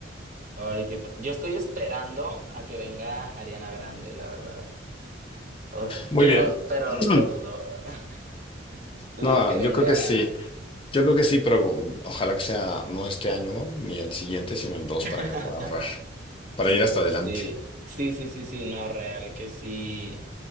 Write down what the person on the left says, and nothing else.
Muy
bien.
<clears throat>
No,
yo creo que sí. Yo creo que sí, pero um, ojalá que sea no este año ni el siguiente, sino en dos
para que pueda ahorrar, para ir hasta adelante.